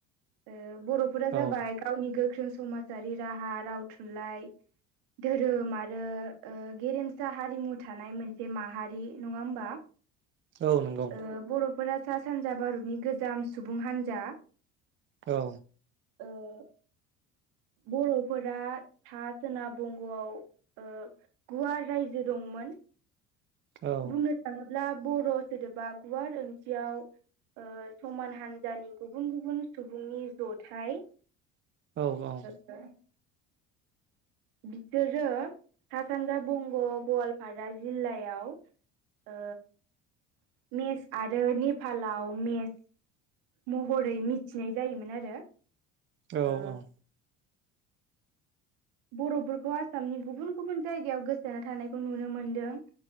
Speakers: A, on the right; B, on the right.
A: ओ बर'फोरा जाबाय
B: औ
A: समाजारि राहा, राव, थुनलाइ धोरोम आरो ओ गेरेमसा हारिमु थानाय मोनसे माहारि नङा होमबा
B: औ नंगौ
A: ओ बर'फोरा सा-सानजा भारतनि गोजाम सुबुं हान्जा।
B: औ
A: ओ बर'फोरा सा- सोनाब बंग'आव ओ गुवार रायजो दंमोन।
B: औ
A: बुंनो थाङोब्ला बर' सोदोबा गुवार ओंथियाव ओ समान हान्जानि गुबुन गुबुन सुबुंनि जथाय
B: औ औ
A: <inaudible> बिसोरो सा सानजा बंग' गवालपारा जिल्लायाव ओ मेस आरो नेपालाव मेस महरै मिथिनाय जायोमोन आरो
B: औ
A: ओ
B: औ
A: बर'फोरखौ आसामनि गुबुन गुबुन जायगायाव गोसारना थानायखौ नुनो मोनदों।